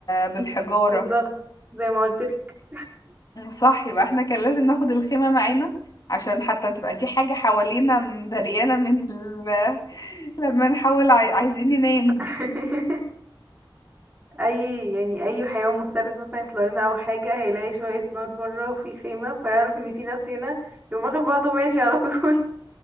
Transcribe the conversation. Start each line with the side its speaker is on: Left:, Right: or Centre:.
Left: بالحجارة
Right: بالظبط زي ما قلتلك
Left: صح يبقى احنا كان لازم ناخد الخيمة معانا عشان حتى تبقى في حاجة حوالينا مدريانة من ال... <laughs> لما نحاول عاي... عايزين ننام
Right: <laughs> اي يعني اي حيوان مفترس مثلا يطلع لنا او حاجة هيلاقي شوية نار بره وفي خيمة فيعرف ان في ناس هنا يقوم واخد بعضه ماشي على طول